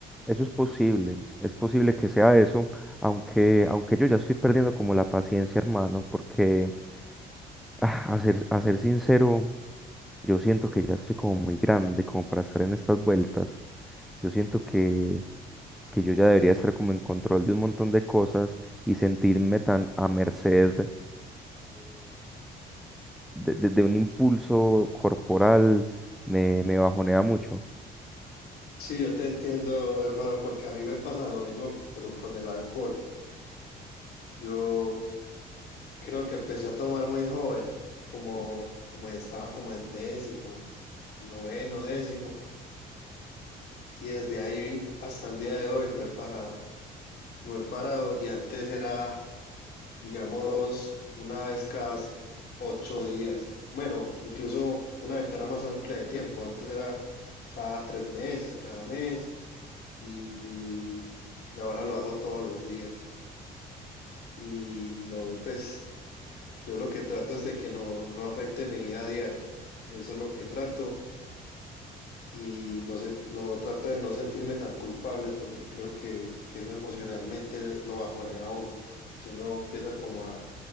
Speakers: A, in the centre; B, on the left.
A: eso es posible, es posible que sea eso, aunque, aunque yo ya estoy perdiendo como la paciencia, hermano, porque ah, a ser, a ser sincero, yo siento que ya estoy como muy grande como para estar en estas vueltas. Yo siento que, que yo ya debería estar como en control de un montón de cosas y sentirme tan a merced de, de- de un impulso corporal me, me bajonea mucho.
B: Sí, yo te entiendo, hermano, porque a mí me pasa lo mismo, pero con el alcohol. Yo creo que empecé a tomar muy joven, como, como estaba como en décimo, noveno, décimo, y desde ahí hasta el día de hoy no he parado, no he parado, y antes era, digamos, una vez cada ocho días, bueno, incluso una ventana más amplia de tiempo, antes era cada tres meses, cada mes, y, y y ahora lo hago todos los días. y no, pues yo lo que trato es de que no, no afecte mi vida diaria. Eso es lo que trato y no, sen- no trato de no sentirme tan culpable porque creo que, que eso emocionalmente lo bajonea a uno. Si uno empieza como a,